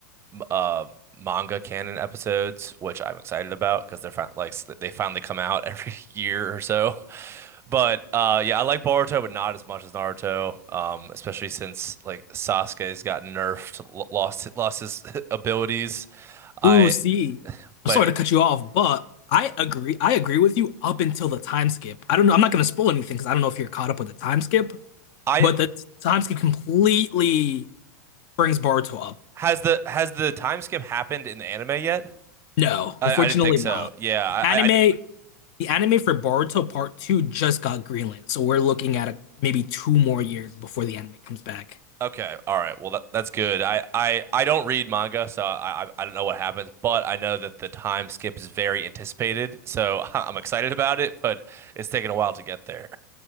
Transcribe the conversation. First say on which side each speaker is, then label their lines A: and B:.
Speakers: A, on the right; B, on the left.
A: m- uh manga canon episodes, which I'm excited about because they're fin like s- they finally come out <laughs> every year or so. But uh yeah, I like Boruto, but not as much as Naruto. Um, especially since like Sasuke's got nerfed, l lost lost his <laughs> abilities. I
B: Ooh, see,
A: but
B: I'm sorry to cut you off, but I agree. I agree with you up until the time skip. I don't know. I'm not going to spoil anything because I don't know if you're caught up with the time skip,
A: I
B: but the time skip completely brings Boruto up.
A: has the has the time skip happened in the anime yet?
B: No,
A: I,
B: unfortunately
A: I didn't think so.
B: not.
A: Yeah,
B: The anime,
A: I, I
B: the anime for Boruto Part 2 just got greenlit, so we're looking at a, maybe two more years before the anime comes back.
A: Okay, all right. Well, that, that's good. I, I I don't read manga, so I, I I don't know what happens, but I know that the time skip is very anticipated, so <laughs> I'm excited about it, but it's taken a while to get there.